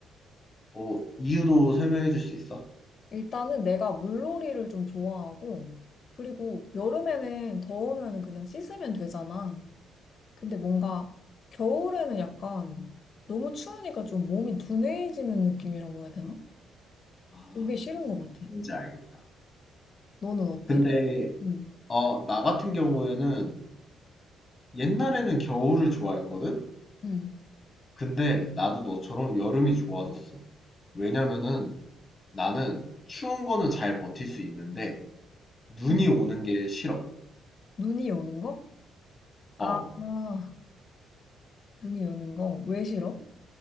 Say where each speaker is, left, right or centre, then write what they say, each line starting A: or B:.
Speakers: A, on the left; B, on the left.
A: 어, 이유도 설명해 줄 수 있어?
B: 일단은 내가 물놀이를 좀 좋아하고, 그리고 여름에는 더우면 그냥 씻으면 되잖아. 근데 뭔가 겨울에는 약간 너무 추우니까 좀 몸이 둔해지는 느낌이라고 해야 되나?
A: 아,
B: 그게 싫은
A: 무슨
B: 것
A: 느낌인지
B: 같아.
A: 알겠다.
B: 너는 어때?
A: 근데,
B: 응,
A: 어, 나 같은 경우에는 옛날에는 겨울을 좋아했거든?
B: 응,
A: 근데 나도 너처럼 여름이 좋아졌어. 왜냐면은 나는 추운 거는 잘 버틸 수 있는데 눈이
B: 응.
A: 오는 게 싫어.
B: 눈이 오는 거? 아,
A: 어,
B: 아, 눈이 오는 거. 왜 싫어?